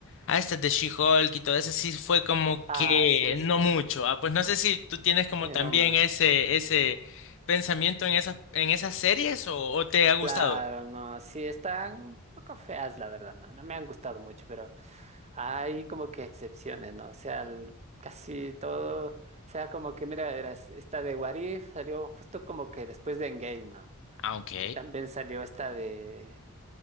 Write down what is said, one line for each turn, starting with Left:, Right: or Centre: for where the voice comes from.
Left: A estas de She-Hulk y todo eso, sí fue como
Right: Ah,
Left: que
Right: sí,
Left: no
Right: sí,
Left: mucho. Ah, pues no sé si tú tienes como
Right: eh,
Left: también
Right: no más.
Left: ese, ese pensamiento en esas, en esas series o, o te ha gustado.
Right: Claro, no, sí, están un poco feas, la verdad, no, no me han gustado mucho, pero hay como que excepciones, ¿no? O sea, el- casi todo, o sea, como que, mira, verás, esta de Warif salió justo como que después de Endgame, ¿no?
Left: Ah, ok.
Right: Y también salió esta de